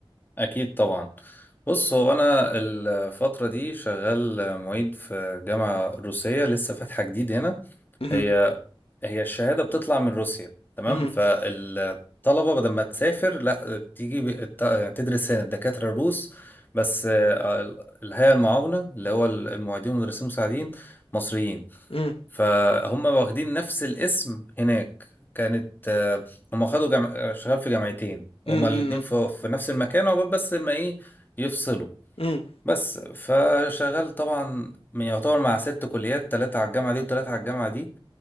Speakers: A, on the left; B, on the left.
A: اكيد طبعا بص هو انا الفتره دي شغال معيد في جامعه روسيه لسه فاتحه جديد هنا
B: مهم.
A: هي هي الشهاده بتطلع من روسيا تمام
B: مهم.
A: فالطلبه بدل ما تسافر لا بتيجي بت- تدرس هنا الدكاتره الروس بس آه، ال- الهيئه المعاونه اللي هو المعيدين والمدرسين المساعدين مصريين
B: مم.
A: فهم واخدين نفس الاسم هناك كانت آه، هم خدوا جم... آه، شغال في جامعتين هما
B: مم. مم.
A: الاتنين في... في نفس المكان عقبال بس ما ايه يفصلوا
B: مم.
A: بس فشغال طبعا يعتبر مع ست كليات تلاتة على الجامعة دي وتلاتة على الجامعة دي